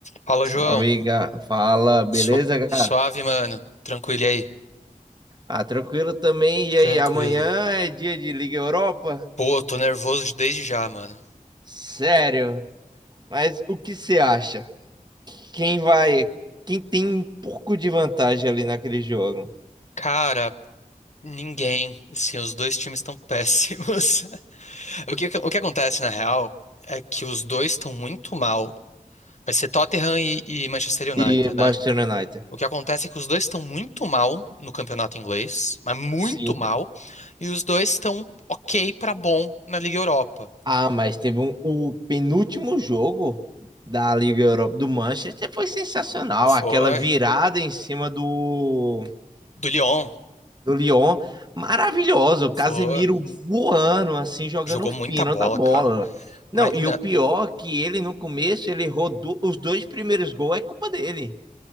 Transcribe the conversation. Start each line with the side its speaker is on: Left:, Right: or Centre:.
Left: Fala, João.
Right: Amiga, fala, beleza,
Left: Su- suave,
Right: cara?
Left: mano. Tranquilo e aí?
Right: Ah, tranquilo também. E
Left: Tranquilo.
Right: aí, amanhã é dia de Liga Europa?
Left: Pô, tô nervoso desde já, mano.
Right: Sério? Mas o que você acha? Quem vai? Quem tem um pouco de vantagem ali naquele jogo?
Left: Cara, ninguém. Assim, os dois times estão péssimos. <laughs> O que, o que acontece, na real, é que os dois estão muito mal. Vai ser Tottenham e, e Manchester United,
Right: É Manchester
Left: né?
Right: United.
Left: O que acontece é que os dois estão muito mal no campeonato inglês, mas muito
Right: Sim.
Left: mal, e os dois estão ok pra bom na Liga Europa.
Right: Ah, mas teve um, o penúltimo jogo da Liga Europa do Manchester foi sensacional.
Left: Foi.
Right: Aquela virada em cima do
Left: Do Lyon.
Right: do Lyon, maravilhoso,
Left: Foi.
Right: Casemiro voando, assim, jogando
Left: Jogou
Right: fino
Left: muita bola,
Right: da bola.
Left: cara. Mas
Right: Não, e
Left: na-
Right: o pior é que ele no começo, ele errou do... os dois primeiros gols, é culpa dele.